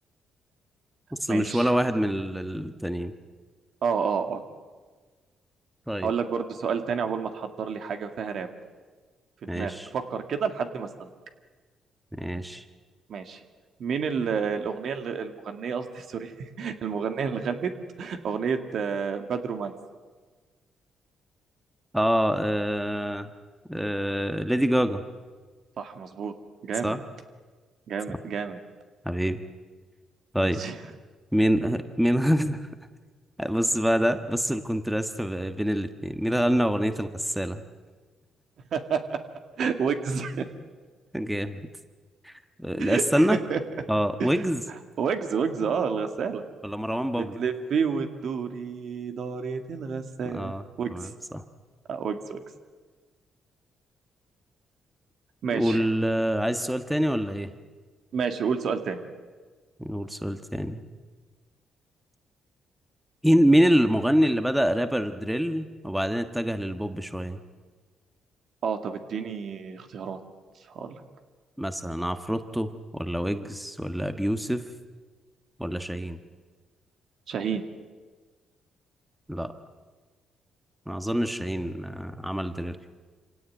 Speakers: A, in the centre; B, on the right.
A: أصل
B: ماشي
A: مش ولا واحد من ال- التانيين
B: اه اه اه
A: طيب
B: هقول لك برضو سؤال تاني عقبال ما تحضر لي حاجة فيها راب في دماغك
A: ماشي
B: فكر كده لحد ما أسألك
A: ماشي
B: ماشي مين ال- الأغنية اللي المغنية قصدي سوري <laughs> المغنية اللي غنت أغنية آه، باد رومانس
A: اه, آه. آه. ليدي جاجا
B: صح مظبوط جامد
A: صح؟
B: جامد
A: صح
B: جامد
A: حبيبي طيب
B: ماشي
A: مين مين <laughs> بص بقى ده بص الكونتراست بين الاتنين مين غنى أغنية الغسالة؟
B: <laughs> ويجز
A: جامد لا استنى
B: <laughs>
A: اه ويجز
B: ويجز ويجز اه الغسالة
A: ولا مروان بابلو
B: بتلفي وتدوري دارة الغسالة
A: اه
B: ويجز
A: تمام صح
B: آه ويجز ويجز ماشي
A: قول آه، عايز سؤال تاني ولا ايه
B: ماشي قول سؤال تاني
A: نقول سؤال تاني مين مين المغني اللي بدأ رابر دريل وبعدين اتجه للبوب شوية
B: اه طب اديني اختيارات هقول
A: مثلا عفروتو ولا ويجز ولا أبي يوسف ولا شاهين
B: شاهين
A: لا ما اظنش شاهين آه، عمل دريل